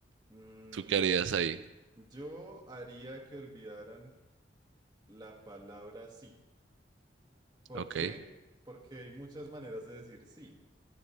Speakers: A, on the right (about 20°); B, on the right (about 90°).
A: Mm,
B: ¿Tú qué harías ahí?
A: yo haría que olvidaran la palabra sí. ¿Por
B: Ok.
A: qué? Porque hay muchas maneras de decir sí.